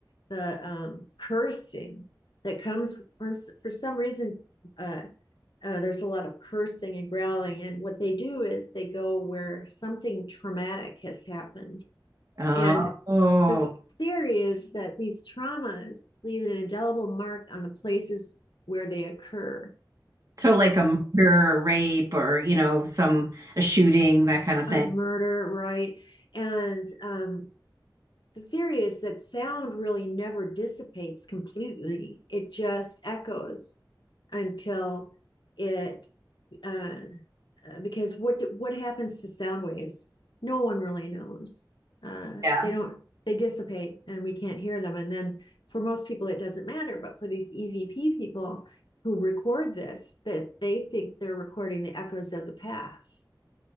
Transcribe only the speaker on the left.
the um, cursing that comes for, for some reason, uh, uh, there's a lot of cursing and growling. And what they do is they go where something traumatic has happened.
And the theory is that these traumas leave an indelible mark on the places where they occur.
a murder, right? And um, the theory is that sound really never dissipates completely, it just echoes until it, uh, uh, because what, what happens to sound waves? No one really knows. Uh,
they don't they dissipate and we can't hear them. And then for most people, it doesn't matter. But for these EVP people who record this, that they think they're recording the echoes of the past.